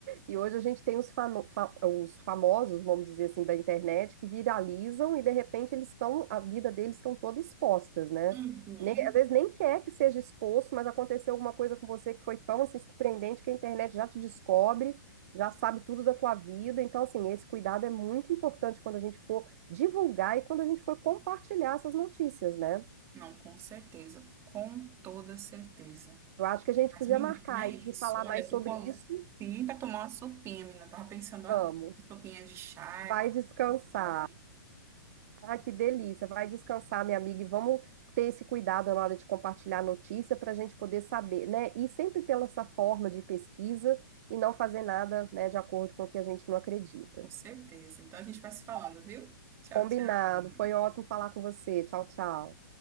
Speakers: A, on the right; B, on the right.
A: e hoje a gente tem os, famo- fa- os famosos, vamos dizer assim, da internet, que viralizam e de repente eles estão, a vida deles estão toda expostas, né?
B: Uhum.
A: Nem, às vezes nem quer que seja exposto, mas aconteceu alguma coisa com você que foi tão assim surpreendente que a internet já te descobre, já sabe tudo da tua vida. Então, assim, esse cuidado é muito importante quando a gente for divulgar e quando a gente for compartilhar essas notícias, né?
B: Não, com certeza, com toda certeza.
A: Eu acho que a gente
B: Mas,
A: podia
B: menina,
A: marcar aí
B: é isso.
A: de falar
B: Olha,
A: mais
B: eu tô
A: sobre
B: com
A: isso.
B: sim pra tomar uma sopinha, menina. Eu Tava pensando
A: Vamos.
B: agora. Sopinha de charque,
A: Vai descansar.
B: de camarão,
A: Ah, que delícia. Vai descansar, minha amiga, e vamos ter esse cuidado na hora de compartilhar a notícia para a gente poder saber, né? E sempre pela essa forma de pesquisa e não fazer nada, né, de acordo com o que a gente não acredita.
B: com certeza. Então a gente vai se falando, viu? Tchau,
A: Combinado.
B: tchau.
A: Foi ótimo falar com você. Tchau, tchau.